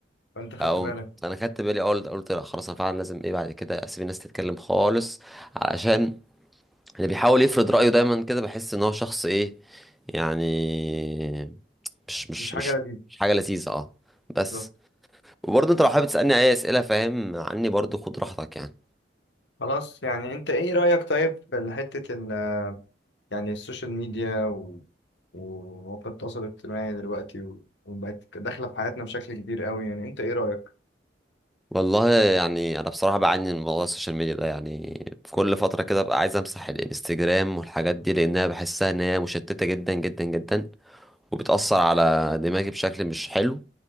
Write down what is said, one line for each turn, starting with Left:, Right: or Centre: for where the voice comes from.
Left: فأنت خدت
Centre: او
Left: بالك
Centre: انا خدت بالي اول قلت لا خلاص انا فعلا لازم ايه بعد كده اسيب الناس تتكلم خالص علشان اللي بيحاول يفرض رأيه دايما كده بحس ان هو شخص ايه يعني مش مش
Left: مش حاجة
Centre: مش
Left: لذيذة
Centre: مش حاجة لذيذة اه بس
Left: بالظبط
Centre: وبرضه انت لو حابب تسألني اي اسئلة فاهم عني برضه خد راحتك يعني
Left: خلاص يعني أنت إيه رأيك طيب في حتة ال يعني السوشيال ميديا و... ومواقع التواصل الاجتماعي دلوقتي و... وبقت داخلة في حياتنا بشكل كبير قوي يعني أنت إيه رأيك؟
Centre: والله يعني انا بصراحة بعاني من موضوع السوشيال ميديا ده يعني في كل فترة كده ببقى عايز امسح الانستجرام والحاجات دي لانها بحسها ان هي مشتتة جدا جدا جدا وبتأثر على دماغي بشكل مش حلو